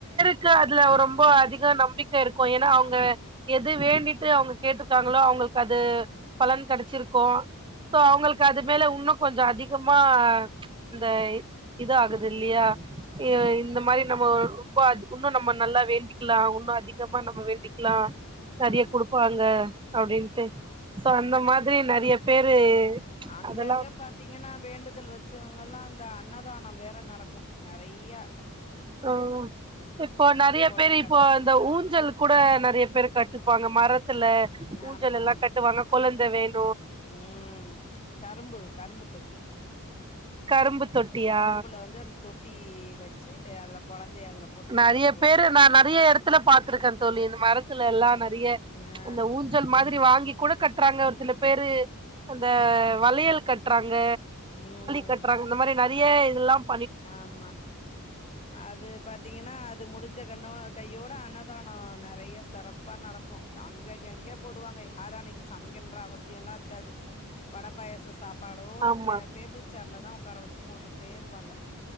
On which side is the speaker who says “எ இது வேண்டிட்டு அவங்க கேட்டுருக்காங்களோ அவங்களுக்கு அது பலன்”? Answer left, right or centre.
Right